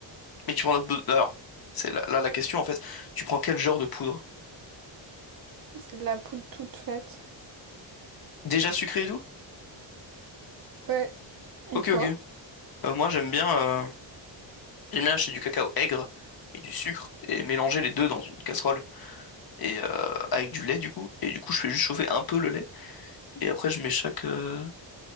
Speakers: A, on the left; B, on the right.
A: Mais tu prends la... Alors, c'est là, là la question en fait. Tu prends quel genre de poudre?
B: C'est de la poudre toute faite.
A: Déjà sucré et tout?
B: Ouais. Et
A: Ok,
B: toi?
A: ok. Euh, moi, j'aime bien, euh, j'aime bien acheter du cacao aigre et du sucre et mélanger les deux dans une casserole et euh, avec du lait du coup. Et du coup, je fais juste chauffer un peu le lait et après je mets chaque euh,